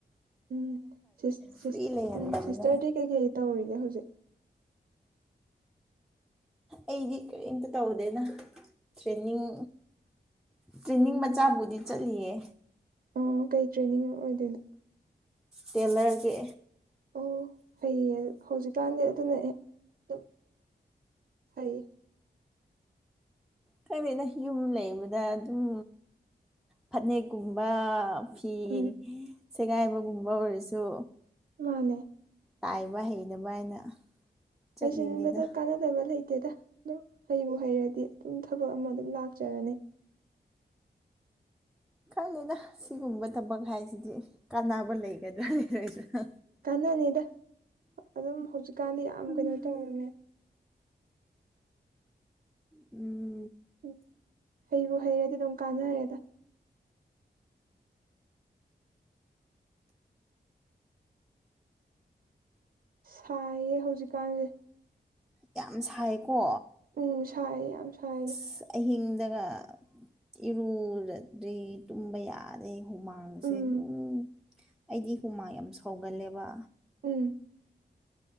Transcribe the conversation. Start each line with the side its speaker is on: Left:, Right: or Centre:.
Right: ꯎꯝ ꯁꯤꯁ ꯁꯤꯁ
Centre: ꯐ꯭ꯔꯤ ꯂꯩꯍꯟꯗꯕꯅ
Right: ꯎꯝ ꯁꯤꯁꯇꯔꯗꯤ ꯀꯩꯀꯩ ꯇꯧꯔꯤꯒꯦ ꯍꯧꯖꯤꯛ
Centre: ꯑꯩꯗꯤ ꯀꯔꯤꯝꯇ ꯇꯧꯗꯦꯅ ꯇ꯭ꯔꯦꯟꯅꯤꯡ꯫ ꯇ꯭ꯔꯦꯅꯤꯡ ꯃꯆꯥꯕꯨꯗꯤ ꯆꯠꯂꯤꯌꯦ꯫
Right: ꯎꯝ ꯀꯩ ꯇ꯭ꯔꯦꯅꯤꯡ ꯑꯣꯏꯗꯣꯏꯅꯣ꯫
Centre: ꯇꯦꯂꯔꯒꯤ꯫
Right: ꯑꯣ ꯐꯩꯌꯦ ꯍꯧꯖꯤꯛꯀꯥꯟꯗꯤ ꯑꯗꯨꯅ ꯑꯗꯨꯝ ꯐꯩꯌꯦ꯫
Centre: ꯀꯩꯅꯅ ꯌꯨꯝ ꯂꯩꯕꯗ ꯑꯗꯨꯝ ꯐꯅꯦꯛꯀꯨꯝꯕ꯫ ꯐꯤ
Right: ꯎꯝ
Centre: ꯁꯦꯒꯥꯏꯕꯒꯨꯝꯕ ꯑꯣꯏꯔꯁꯨ꯫
Right: ꯃꯥꯅꯦ꯫
Centre: ꯇꯥꯏꯕ ꯍꯩꯅꯕ ꯍꯥꯏꯅ꯫ ꯆꯠꯂꯤꯅꯤꯗ
Right: ꯍꯩꯁꯤꯟꯕꯗ ꯀꯥꯟꯅ ꯗꯕ ꯂꯩꯇꯦꯗ ꯑꯗꯨꯝ ꯍꯩꯕꯨ ꯍꯩꯔꯗꯤ ꯑꯗꯨꯝ ꯊꯕꯛ ꯑꯃ ꯑꯗꯨꯝ ꯂꯥꯛꯆꯔꯅꯤ꯫
Centre: ꯈꯪꯗꯦꯗ ꯁꯤꯒꯨꯝꯕ ꯊꯕꯛ ꯍꯥꯏꯁꯤꯗꯤ ꯀꯥꯟꯅꯕ ꯂꯩꯒꯗ꯭ꯔꯥ ꯂꯩꯔꯣꯏꯗ꯭ꯔ
Right: ꯀꯥꯟꯅꯅꯤꯗ ꯑꯗꯨꯝ ꯍꯧꯖꯤꯛꯀꯥꯟꯗꯤ ꯌꯥꯝ
Centre: ꯎꯝ
Right: ꯀꯩꯅꯣ ꯇꯧꯔꯝꯃꯦ꯫
Centre: ꯎꯝ꯫
Right: ꯎꯝ ꯍꯩꯕꯨ ꯍꯩꯔꯗꯤ ꯑꯗꯨꯝ ꯀꯥꯟꯅꯔꯦꯗ꯫ ꯁꯥꯏꯌꯦ ꯍꯧꯖꯤꯛꯀꯥꯟꯁꯦ꯫
Centre: ꯌꯥꯝ ꯁꯥꯏꯀꯣ꯫
Right: ꯎꯝ ꯁꯥꯏ ꯌꯥꯝ ꯁꯥꯏ꯫
Centre: ꯑꯁ ꯑꯍꯤꯡꯗꯒ ꯏꯔꯨꯨꯗ꯭ꯔꯗꯤ ꯇꯨꯝꯕ ꯌꯥꯗꯦ ꯍꯨꯃꯥꯡ ꯍꯨꯃꯥꯡꯁꯦ
Right: ꯎꯝ
Centre: ꯑꯗꯨꯝ ꯑꯩꯗꯤ ꯍꯨꯃꯥꯡ ꯌꯥꯝ ꯁꯧꯒꯜꯂꯦꯕ꯫
Right: ꯎꯝ꯫